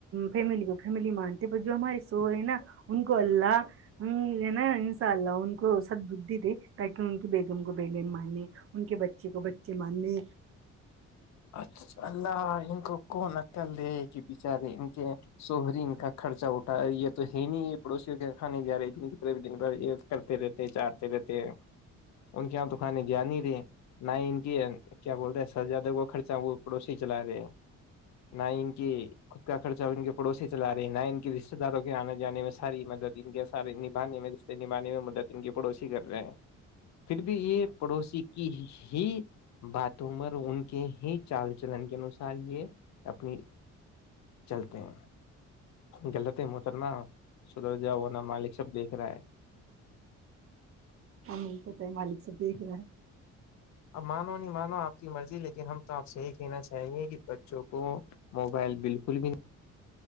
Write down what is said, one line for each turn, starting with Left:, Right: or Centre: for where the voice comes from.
Right: فیملی کو فیملی م تو ب جو ہماری سو ہے نا ان کو اللہ ہ ہے نا انساء اللہ ان کو بودھی دی ان کی بیگم کو بیلن مارنے ان کے بچے کو بچے جمانے
Left: اچھا اللہ ان کو کون عقل دے کہ بچارے ان کے شہری ان کا خرچہ اٹھا یہ تو ہے نہیں ہے پڑوسیوں کے یہ کھانے گ رہے جن کی طب دن بھر یہ کرتے رہتے چاہتے رہتے ان کے یہاں تو کھانے گیان ہی رہے نہ ہی ان کی کیا بولتے ہیں سر جادو کو خرچہ وہ پڑوسی چلا رہے ہیں نہ ان کے خود کا خرچہ وہ ان کے پڑوسی چلا رہے ہیں نہ ان کے رشتے داروں کے آنے جانے میں ساری مدد ان کے سارے نبھانے میں رشتے نبھانے میں مدد ان کے پڑوسی کر رہے ہیں پھر بھی یہ پڑوسی کی ہی بات عمر ان کے ہی چال چلن کے انوسار یہ اپنی چلتے ہیں غلط ہے محترمہ سدرجا ہو ن مالک سب دیکھ رہا ہے
Right: ہمیں پتہ ہے مالک سب دیکھ رہا ہے
Left: اب مانو نہیں مانو آپ کی مرضی لیکن ہم تو آپ سے یہ کہنا چاہیں گے کہ بچوں کو موبائل بالکل بھی